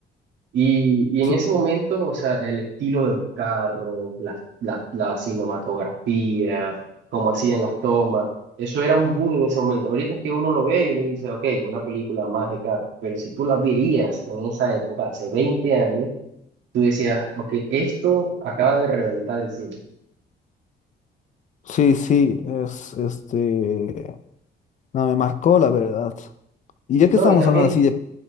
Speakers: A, on the right (about 85°); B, on the left (about 40°).
A: Y, y en
B: Sí.
A: ese momento, o sea, el estilo de los carros, la, la, la cinematografía, cómo hacían las tomas, eso era un boom en ese momento. Ahorita es que uno lo ve y uno dice, ok, una película más de carros, pero si tú la veías en esa época, hace 20 años, tú decías, ok, esto acaba de reventar el cine.
B: Sí, sí, es este. No, me marcó la verdad. Y ya que
A: No,
B: estamos
A: y también,
B: hablando así de.